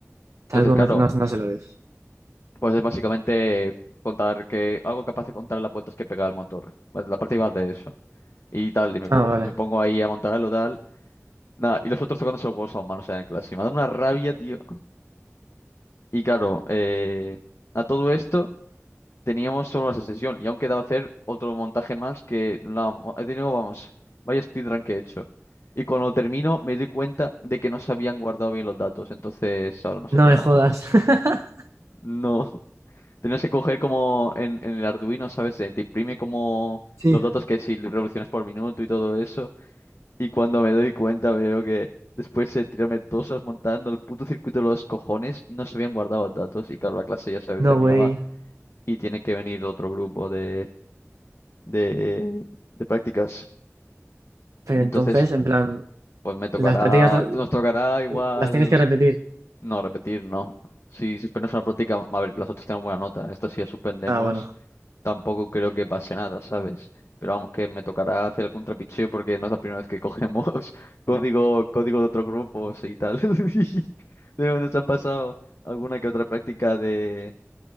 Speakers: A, on the left; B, on the right.
A: Entonces,
B: Talcómetro,
A: claro,
B: no, no se lo dices.
A: pues es básicamente contar que, algo capaz de contar las vueltas que pega el motor, pues la práctica va de eso. Y tal, y me
B: Ah,
A: pongo,
B: vale.
A: me pongo ahí a montarlo, tal. Nada, y los otros tocándose el hueso a mano, o sea, en clase. Y me da una rabia, tío. Y claro, eh, a todo esto. Teníamos solo esa sesión y aún quedaba hacer otro montaje más que la, he tenido, vamos, vaya speedrun que he hecho. Y cuando termino me doy cuenta de que no se habían guardado bien los datos, entonces ahora no sé
B: No
A: qué
B: me
A: vamos
B: jodas.
A: a hacer.
B: <laughs>
A: No, <laughs> tenías que coger como en, en el Arduino, ¿sabes? Eh, Te imprime como
B: Sí.
A: los datos que si revoluciones por minuto y todo eso. Y cuando me doy cuenta veo que después de tirarme dos horas montando el puto circuito de los cojones, no se habían guardado los datos. Y claro, la clase ya se
B: No,
A: terminaba
B: güey.
A: y tiene que venir otro grupo de de, de prácticas.
B: Pero
A: Y
B: entonces,
A: entonces,
B: en plan,
A: pues me tocará,
B: las prácticas l-
A: nos tocará igual,
B: las tienes que repetir.
A: no, repetir, no. Si suspendemos una práctica, a ver, las otras tenemos buena nota. Esto si la suspendemos,
B: Ah, bueno.
A: tampoco creo que pase nada, ¿sabes? Pero vamos, que me tocará hacer algún trapicheo porque no es la primera vez que cogemos <laughs> código, código de otros grupos y tal. <laughs> Pero nos han pasado alguna que otra práctica de